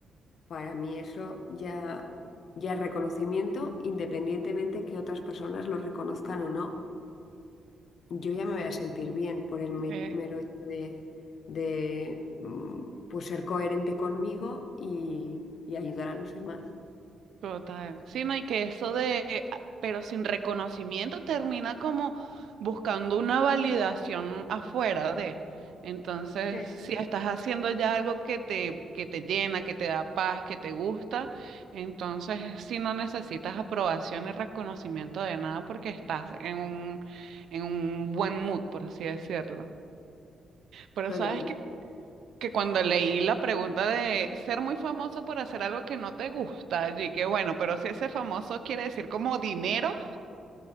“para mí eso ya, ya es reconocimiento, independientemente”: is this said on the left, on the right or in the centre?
Left